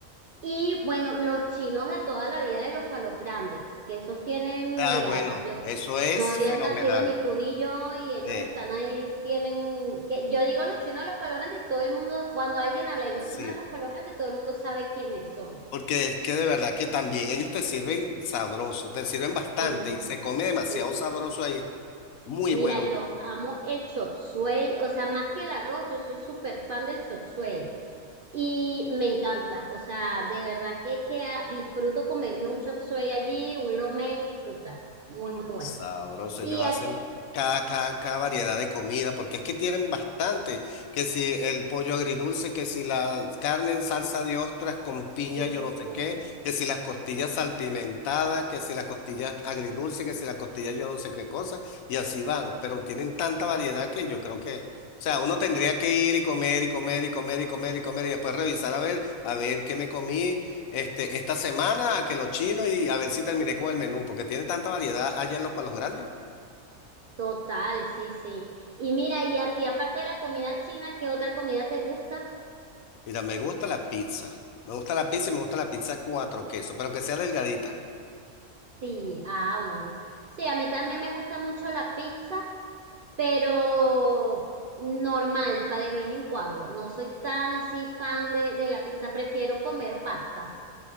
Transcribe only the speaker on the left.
Ah,
bueno,
eso es
fenomenal.
Eh,
sí.
Porque es que de verdad que también ellos te sirven sabroso, te sirven bastante
y se come demasiado
sabroso ahí. Muy
bueno.
Mm.
Sabroso,
ellos hacen
cada, cada, cada variedad de comida, porque es que tienen bastante, que si el pollo agridulce, que si la carne en salsa de ostras con piña,
yo no sé
qué, que si las costillas salpimentadas, que si las costillas agridulce, que si las costillas yo no sé qué cosa, y así van, pero tienen tanta variedad que yo creo que, o sea, uno tendría que ir y comer y comer y comer y comer y comer y después revisar a ver, a ver qué me comí este, esta semana a que lo chino y a ver si terminé con el menú, porque tiene tanta variedad allá en los Palos Grandes.
Mira, me gusta la pizza. Me gusta la pizza y me gusta la pizza cuatro quesos, pero que sea delgadita.